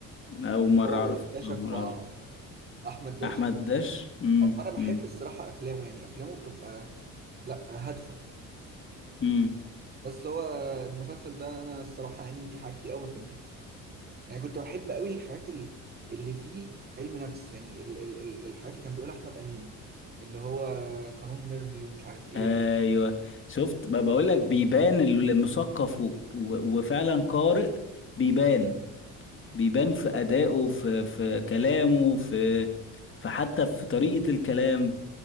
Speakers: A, on the left; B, on the right.
A: اول مرة
B: هو
A: اعرف
B: اللي اكتشف
A: اول مرة
B: ع-
A: اعرف
B: أحمد داش
A: احمد داش امم
B: فأنا
A: امم
B: بحب الصراحة أفلامه يعني أفلامه بتبقى لأ هادفة
A: امم
B: بس هو المسلسل ده أنا الصراحة يعني في حاجة كتير أوي ما فهمتهاش يعني كنت بحب قوي الحاجات ال- اللي فيه علم نفس يعني ال- ال- ال- الحاجات اللي كان بيقولها احمد امين اللي هو قانون ميرفي ومش عارف ايه
A: ايوه
B: وكده.
A: شفت ما بقول لك بيبان المثقف و... و... وفعلا قارئ بيبان بيبان في ادائه في في كلامه في في حتى في طريقة الكلام